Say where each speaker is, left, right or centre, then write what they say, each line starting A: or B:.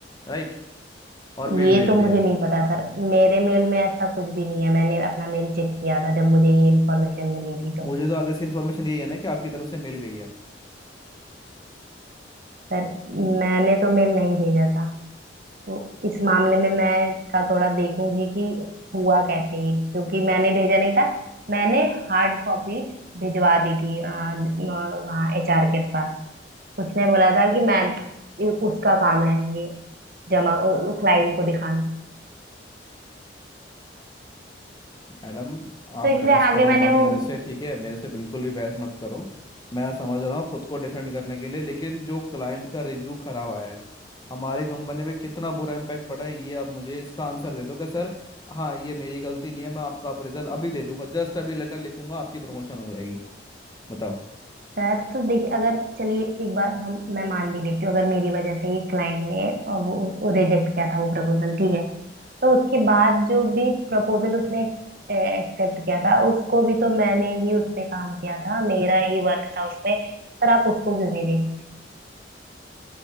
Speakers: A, on the left; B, on the right.
A: राइट और मेल
B: ये
A: भेज
B: तो मुझे
A: दिया
B: नहीं पता सर मेरे मेल में ऐसा कुछ भी नहीं है मैंने अपना मेल चेक किया था जब मुझे ये इन्फॉर्मेशन मिली थी तो
A: मुझे तो आगे से इन्फॉर्मेशन यही है ना कि आपकी तरफ से मिल गई है
B: सर मैंने तो मेल नहीं भेजा था तो इस मामले में मैं इसका थोड़ा देखूंगी कि हुआ कैसे ये, क्योंकि मैंने भेजा नहीं था मैंने हार्ड कॉपी भिजवा दी थी आ, न- वहाँ एचआर के पास उसने बोला था कि मैं ये उसका काम है ये जमा क्लाइंट को दिखाना
A: मैडम आप
B: तो इसलिए
A: बहस
B: आगे
A: करो
B: मैंने
A: मत
B: वो
A: मेरे से ठीक है मेरे से बिल्कुल भी बहस मत करो मैं समझ रहा हूँ खुद को डिफेंड करने के लिए लेकिन जो क्लाइंट का रिव्यू खराब आया है हमारी कंपनी पे कितना बुरा इम्पैक्ट पड़ा है ये आप मुझे इसका आंसर दे दो कि सर हाँ ये मेरी गलती नहीं है मैं आपका अप्रेजल अभी दे दूंगा जस्ट अभी लेटर लिखूंगा आपकी प्रमोशन हो जाएगी बताओ
B: सर तो देखिए अगर चलिए एक बात हम मैं मान भी लेती हूँ अगर मेरी वजह से ही क्लाइंट ने और वो, वो रिजेक्ट किया था वो प्रपोजल ठीक है तो उसके बाद जो भी प्रपोजल उसने एक्सेप्ट किया था उसको भी तो मैंने ही उस पे काम किया था मेरा ही वर्क था उसमें सर आप उसको क्यों नहीं देख रहे हैं